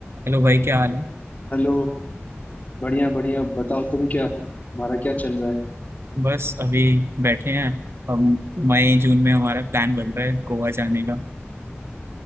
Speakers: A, on the right (about 65°); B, on the left (about 35°).
A: हेलो भाई क्या हाल है
B: हेलो बढ़िया बढ़िया बताओ तुम क्या तुम्हारा क्या चल रहा है
A: बस अभी बैठे हैं अब मई जून में हमारा प्लान बन रहा है गोवा जाने का